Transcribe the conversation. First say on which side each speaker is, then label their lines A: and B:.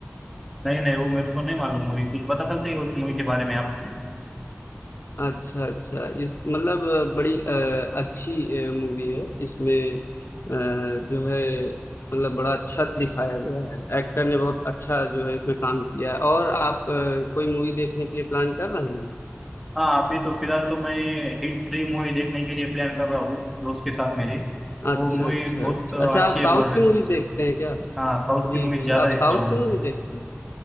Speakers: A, in the centre; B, on the left (about 65°).
A: नहीं नहीं वो मेरे को नहीं मालूम मूवी कुछ बता सकते हो उस मूवी के बारे में आप
B: अच्छा अच्छा इस मतलब अ, बड़ी अ, अच्छी मूवी है इसमें अ, जो है मतलब बड़ा अच्छा दिखाया गया है एक्टर ने बहुत अच्छा जो है इसमें काम किया है और आप अ, कोई मूवी देखने के लिए प्लान कर रहे हैं
A: हाँ अभी तो फिलहाल तो मैं हिट थ्री मूवी देखने के लिए प्लान कर रहा हूँ दोस्त के साथ मेरे
B: अच्छा
A: वो मूवी
B: अच्छा
A: बहुत
B: अच्छा
A: अ,
B: अच्छा
A: अच्छी
B: आप
A: है
B: साउथ
A: बोल रहे
B: की
A: सोच
B: मूवीज देखते हैं क्या
A: हाँ साउथ
B: जी
A: की मूवी
B: जी
A: ज्यादा
B: आप
A: देखता
B: साउथ
A: हूँ
B: की
A: मैं।
B: मूवी देखते हैं